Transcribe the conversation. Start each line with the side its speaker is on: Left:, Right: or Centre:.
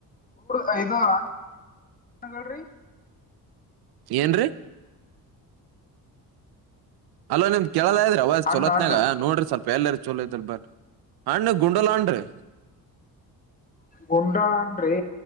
Left: <inaudible>
Right: ಏನ್ರಿ. ಅಲೋ ನಿಮ್ದ್ ಕೇಳಲ ಇದ್ರಿ ಅವವ್
Left: ಹಣ್ಣ
Right: ಚಲೋತ್ನಾಗ
Left: ಹಣ್ಣ
Right: ನೋ್ರಿ ಸ್ವಲ್ಪ ಎಲ್ಲರ್. ಚೊಲೋ ಇದಲ್ ಬನ್ ಹಣ್ಣ ಗುಂಡಲ ಅಂಡ್ರಿ.
Left: ಗುಂಡಾಳನ್ರಿ.